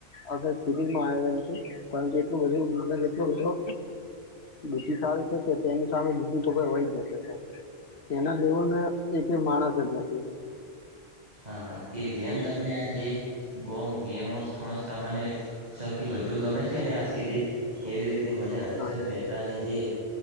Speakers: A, on the left; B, on the right.
A: અ સ્થિતમાં આવેલી છે પરંતુ એટલું બધું મગજ એટલો બધો બુદ્ધિશાળી છે કે તેની સામે બીજું તો કોઈ હોય જ ન શકે એના લેવલને માણસ જ નથી
B: હા તે જ એમ તમને આજે ગો ગેમ ઓફ થ્રોન્સ મને સૌથી વધુ ગમે છે ને આ સિરીઝ એવી રીતે મને હર્ષદ
A: હા
B: મહેતાની જે